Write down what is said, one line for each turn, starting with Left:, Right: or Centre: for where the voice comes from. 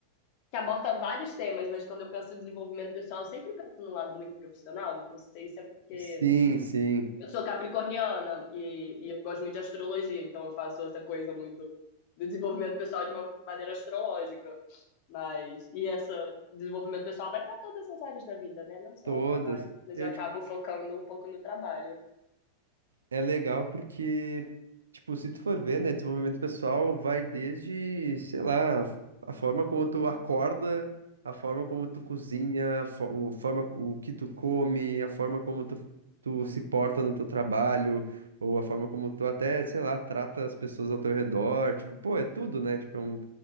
Left: que aborda vários temas, mas quando eu penso em desenvolvimento pessoal, eu sempre penso num lado muito profissional. Não sei se é porque
Right: Sim, sim,
Left: Eu sou capricorniana e, e eu gosto muito de astrologia, então eu faço essa coisa muito do desenvolvimento pessoal de uma maneira astrológica. Mas, e esse desenvolvimento pessoal vai para todas as áreas da vida, né? Não só
Right: todas.
Left: o trabalho, mas
Right: Eu
Left: eu acabo focando um pouco no trabalho.
Right: É legal porque, tipo, se tu for ver, né, desenvolvimento pessoal vai desde, sei lá, a forma como tu acorda, a forma como tu cozinha, a fo- o forma, o que tu come, a forma como tu, tu se porta no teu trabalho, ou a forma como tu até, sei lá, trata as pessoas ao teu redor, tipo, pô, é tudo, né? Tipo, é um-